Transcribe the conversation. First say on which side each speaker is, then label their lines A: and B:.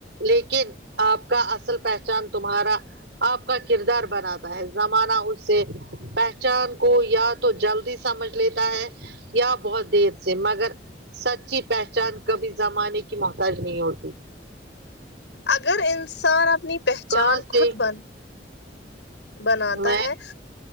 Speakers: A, on the right; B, on the left.
A: لیکن آپ کا اصل پہچان تمہارا آپ کا کردار بناتا ہے زمانہ اس سے پہچان کو یا تو جلدی سمجھ لیتا ہے یا بہت دیر سے مگر سچی پہچان کبھی زمانے کی محتاج نہیں ہوتی
B: اگر انسان اپنی پہچان
A: کہاں سے
B: خود بن بناتا
A: میں
B: ہے